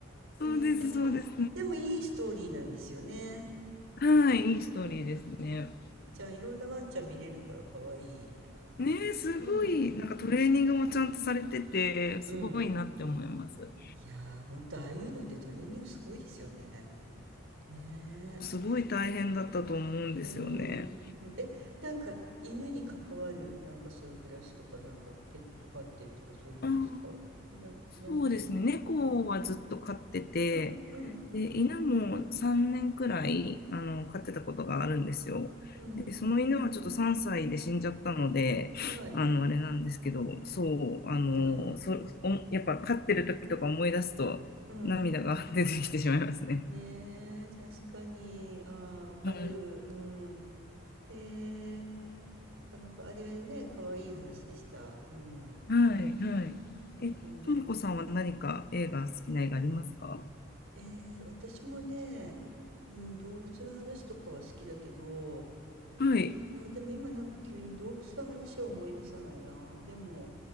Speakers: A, on the left (about 45°); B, on the right (about 65°).
A: そうです、
B: うん、でも、
A: そうです。
B: でもいいストーリーなんですよね。
A: はい、いいストーリーですね。
B: うん。ちゃん、いろんなワンちゃん見れるから可愛い。
A: ねえ、すごい、
B: うん。
A: なんかトレーニングもちゃんとされてて、すごいなって思います。
B: うん。いやー、ほんと、ああいうのってトレーニングすごいですよね。ねえ。
A: すごい大変だったと思うんですよね。
B: うん。うんえ、なんか、犬に関わる、なんかそういう暮らしとか、なんか、ペット飼ってるとか、そういうのですかな、
A: あー
B: なんです
A: そうですね。猫はずっと飼ってて、
B: うん、うん、
A: で、犬も3年くらい、あの、飼ってたことがあるんですよ。
B: うん。
A: で、その犬はちょっと3歳で死んじゃったので、
B: はい。
A: あの、あれなんですけど、そう、あの、
B: あら。
A: そ、お、やっぱ飼ってる時とか思い出すと涙が
B: うん。
A: <laughs> 出てきてしまいますね。
B: ねえ、確かに。ああ、わかる。
A: はい。
B: うん。へえ。なかなか、あれね、かわいい話でした。うん。
A: はい、はい。
B: うん、
A: え、
B: うん。
A: ともこさんは何か映画、好きな映画ありますか
B: えー、私もね、うん、動物の話とかは好きだけど、
A: はい。
B: いや、でも今なんか急に動物の話を思い出さないな。でも、